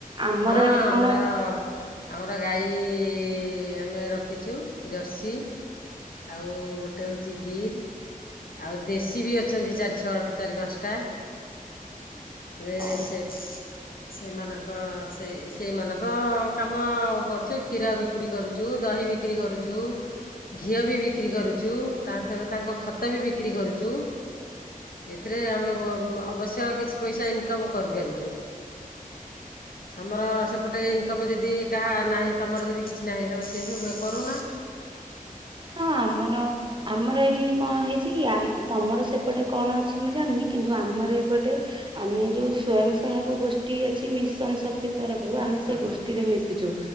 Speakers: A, on the right; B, on the left.
A: ଆମର
B: ହଁ
A: ଏଠି
B: ଆମର
A: କଣ
B: ଆମର ଗାଈ କି ଆମେ ରଖିଛୁ ଜର୍ସି ଆଉ ଗୋଟେ ହଉଛି ଗିର୍ ଆଉ ଦେଶୀ ବି ଅଛନ୍ତି ଚାରି ଛଅ ଚାରି ପାଞ୍ଚଟା ରେ
A: ଅଛି?
B: ହେ ସେମାନଙ୍କ ସେ ସେଇମାନଙ୍କ କାମ କରୁଛୁ କ୍ଷୀର ବିକ୍ରି କରୁଛୁ ଦହି ବିକ୍ରି କରୁଛୁ ଘିଅ ବି ବିକ୍ରି କରୁଛୁ ତାଙ୍କ ସହିତ ତାଙ୍କ ଖତ ବି ବିକ୍ରି କରୁଛୁ ଏଥିରେ ଆମେ ଅବଶ୍ୟ କିଛି ପଇସା ଇନକମ କରିପାରୁଛୁ। ତମର ସେପଟେ ଇନକମ ଯଦି କାହା ନାହିଁ ତମର ଯଦି କିଛି ନାହିଁ ତମେ ସେ ସବୁ କରୁନା।
A: ହଁ ଆମର ଆମର ଏଇଠି କଣ ହେଇଛି କି ତମର ସେପଟେ କଣ ଅଛି ମୁଁ ଜାଣିନି କିନ୍ତୁ ଆମର ଏପଟେ ଆମେ ଯୋଉ ସ୍ଵୟଂ ସହାୟକ ଗୋଷ୍ଠୀ ଅଛି ମିଶନ ଶକ୍ତି ତରଫରୁ ଆମେ ସେଇ
B: ହଁ
A: ଗୋଷ୍ଠୀରେ
B: ହଁ
A: ମିଶିଛୁ